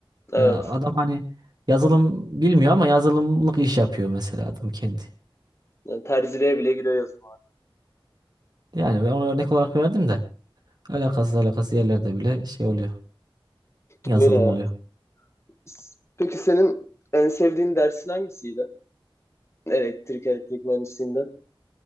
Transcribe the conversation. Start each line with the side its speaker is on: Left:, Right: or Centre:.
Left: Evet.
Right: Ya adam hani yazılım bilmiyor ama yazılımlık iş yapıyor mesela adam kendi.
Left: Yani terziliğe bile giriyor yazılım.
Right: Yani ben ona örnek olarak verdim de alakasız alakasız yerlerde bile şey oluyor. Yazılım
Left: Öyle ya.
Right: oluyor.
Left: S- Peki senin en sevdiğin dersin hangisiydi? Elektrik, elektrik mühendisliğinde.